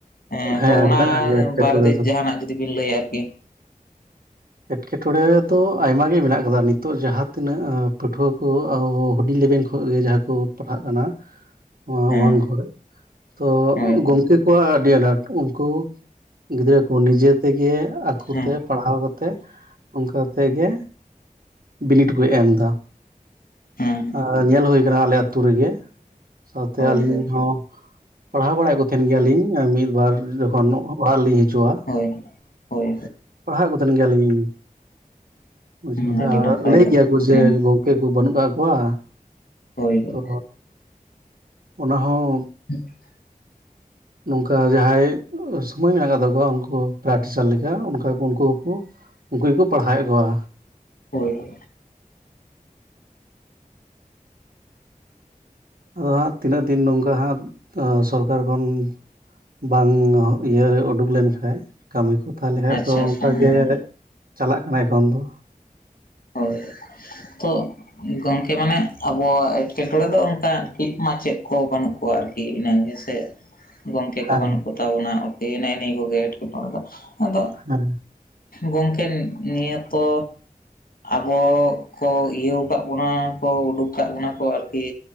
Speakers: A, on the left; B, on the right.
A: ᱮᱸ
B: ᱦᱮᱸ
A: ᱛᱚ ᱚᱱᱟ
B: ᱢᱮᱱᱟᱜᱼᱟ ᱜᱮᱭᱟ ᱮᱴᱠᱮᱴᱚᱬᱮ
A: ᱵᱟᱨᱮᱛᱮ
B: ᱫᱚ
A: ᱡᱟᱦᱟᱱᱟᱜ ᱡᱩᱫᱤ ᱵᱤᱱ ᱞᱟᱹᱭ ᱟ ᱟᱨᱠᱤ?
B: ᱮᱴᱠᱮᱴᱚᱬᱮ ᱫᱚ ᱟᱭᱢᱟ ᱜᱮ ᱢᱮᱱᱟᱜ ᱠᱟᱫᱟ ᱱᱤᱛᱚᱜ ᱡᱟᱦᱟᱸ ᱛᱤᱱᱟᱹᱜ ᱯᱟᱹᱴᱷᱩᱣᱟᱹ ᱠᱚ ᱦᱩᱰᱤᱧ ᱞᱮᱵᱮᱞ ᱦᱚᱭ ᱜᱮᱸ ᱡᱟᱦᱟᱸ ᱠᱚ ᱯᱟᱲᱦᱟᱜ ᱠᱟᱱᱟ
A: <unintelligible>
B: ᱱᱚᱣᱟ
A: ᱦᱮᱸ
B: ᱚᱶᱟᱱ ᱠᱚᱨᱮᱫ ᱛᱚ
A: ᱦᱳᱭ ᱦᱳᱭ
B: ᱜᱚᱢᱠᱮ ᱠᱚᱣᱟᱜ ᱟᱹᱰᱤ ᱟᱱᱟᱴ ᱩᱱᱠᱩ ᱜᱤᱫᱽᱨᱟᱹ ᱠᱚ ᱱᱤᱡᱮ ᱛᱮᱜᱮ ᱟᱠᱚᱛᱮ
A: ᱦᱮᱸ
B: ᱯᱟᱲᱦᱟᱣ ᱠᱟᱛᱮᱫ ᱚᱝᱠᱟ ᱛᱮᱸ ᱜᱮᱸ ᱵᱤᱱᱤᱰ ᱠᱚ ᱮᱢ ᱫᱟ
A: ᱦᱮᱸ
B: ᱟᱸ ᱧᱮᱞ ᱦᱩᱭ ᱟᱠᱟᱱᱟ ᱟᱞᱮ ᱟᱛᱩ ᱨᱮᱸᱜᱮᱸ ᱥᱟᱶᱛᱮ
A: ᱦᱳᱭ
B: ᱟᱞᱤᱧ
A: ᱦᱳᱭ
B: ᱦᱚᱸ ᱯᱟᱲᱦᱟᱣ ᱵᱟᱲᱟᱭᱮᱫ ᱠᱚ ᱛᱷᱮᱱ ᱜᱮᱭᱟᱞᱤᱧ ᱢᱤᱫᱵᱟᱨ ᱡᱚᱠᱷᱚᱱ ᱚᱲᱟᱜ ᱞᱤᱧ ᱦᱤᱡᱩᱜᱼᱟ᱾
A: ᱦᱳᱭ ᱦᱳᱭ
B: ᱯᱟᱲᱦᱟᱣᱮᱫ ᱠᱚ ᱛᱟᱦᱮᱱ ᱜᱮᱭᱟᱞᱤᱧ,
A: ᱦᱳᱭ
B: ᱵᱩᱡᱷᱟᱣ᱾
A: ᱟᱹᱰᱤ
B: ᱟᱸ
A: ᱱᱟᱯᱟᱭ
B: ᱞᱟᱹᱭ
A: ᱠᱟᱛᱷᱟ
B: ᱜᱮᱭᱟ ᱠᱚ ᱡᱮ
A: ᱦᱮᱸ
B: ᱜᱚᱢ ᱜᱚᱢᱠᱮ ᱠᱚ ᱵᱟᱹᱱᱩᱜ ᱠᱟᱜ ᱠᱚᱣᱟ
A: ᱦᱳᱭ ᱦᱳᱭ
B: ᱛᱚ ᱚᱱᱟ ᱦᱚᱸ
A: <unintelligible>
B: ᱱᱚᱝᱠᱟ ᱡᱟᱦᱟᱸᱭ ᱥᱚᱢᱚᱭ ᱢᱮᱱᱟᱜ ᱟᱠᱟᱫᱟ ᱛᱟᱠᱚᱣᱟ ᱩᱝᱠᱩ ᱯᱮᱨᱟᱴᱤᱪᱟᱨ ᱞᱮᱠᱟ ᱚᱱᱠᱟ ᱠᱚ ᱩᱱᱠᱩ ᱦᱩᱸᱠᱚ ᱩᱝᱠᱩ ᱜᱮᱠᱚ ᱯᱟᱲᱦᱟᱣᱮᱫ ᱠᱚᱣᱟ ᱾
A: ᱦᱳᱭ ᱾
B: ᱟᱫᱚ ᱦᱟᱸᱜ ᱛᱤᱱᱟᱹᱜ ᱫᱤᱱ ᱱᱚᱝᱠᱟ ᱦᱟᱸᱜ ᱥᱚᱨᱠᱟᱨ ᱠᱷᱚᱱ ᱵᱟᱝ ᱤᱭᱟᱹᱨᱮ ᱩᱰᱩᱠ ᱞᱮᱱᱠᱷᱟᱡᱽ ᱠᱟᱹᱢᱤ ᱠᱚ ᱛᱟᱦᱮ ᱞᱮᱠᱷᱟᱡ
A: ᱟᱪᱪᱷᱟ
B: ᱫᱚ
A: ᱟᱪᱪᱷᱟ
B: ᱚᱝᱠᱟ ᱜᱮ
A: ᱦᱮᱸ
B: ᱪᱟᱞᱟᱜ ᱠᱟᱱᱟ ᱮᱠᱷᱚᱱ ᱫᱚ?
A: ᱦᱳᱭ ᱛᱚ ᱜᱚᱝᱠᱮ ᱢᱟᱱᱮ ᱟᱵᱚᱣᱟᱜ ᱮᱴᱠᱮᱴᱚᱬᱮᱸ ᱫᱚ ᱚᱝᱠᱟ ᱴᱤᱠ ᱢᱟᱪᱮᱫ ᱠᱚ ᱵᱟᱹᱱᱩᱜ <inaudible> ᱟᱨᱠᱤ ᱤᱱᱟᱹ ᱜᱮᱸ ᱥᱮᱸ ᱜᱚᱝᱠᱮ ᱠᱚ
B: ᱦᱮᱸ
A: ᱵᱟᱹᱱᱩᱜ ᱠᱚᱛᱟ ᱵᱚᱱᱟ ᱳᱠᱮᱭᱮᱱᱟ ᱮ ᱱᱤᱭᱟᱹ ᱠᱚᱜᱮ ᱮᱸᱴᱠᱮᱴᱚᱬᱮ ᱫᱚ ᱟᱫᱚ
B: ᱦᱮᱸ
A: ᱜᱚᱝᱠᱮ ᱱᱤᱭᱟᱹ ᱛᱚ ᱟᱵᱚ ᱠᱚ ᱤᱭᱟᱹᱣ ᱠᱟᱜ ᱵᱚᱱᱟ ᱠᱚ ᱩᱰᱩᱠ ᱟᱠᱟᱜ ᱵᱚᱱᱟ ᱠᱚ ᱟᱨᱠᱤ